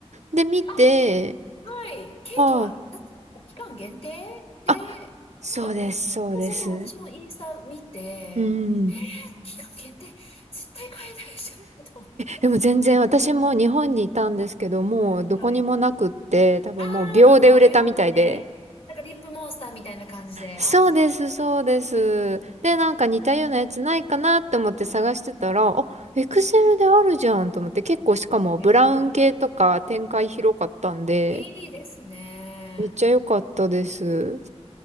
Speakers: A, on the right; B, on the left.
A: で見て、
B: あ、あ、はい。ケイトは、
A: あ
B: だって期間限定で、
A: あ、そうです、
B: なんか、
A: そうです。
B: そうそうそう、私もインスタ見て、
A: うん。
B: 期間限定、絶対買えないじゃん。
A: でも全然私も日本にいたんですけど、もうどこにもなくって、
B: はい。
A: 多分もう秒で売れたみたいで。
B: ああ、もう秒で、なんかリップモンスターみたいな感じで。
A: そうです、
B: ああ、
A: そうです。で、なんか似たようなやつないかなって思って探してたら、
B: はい。
A: あ、エクセルであるじゃんと思って、
B: はい。
A: 結構しかもブラウン系とか展開広かったんで、
B: ええいいですね。
A: めっちゃ良かったです。
B: めっ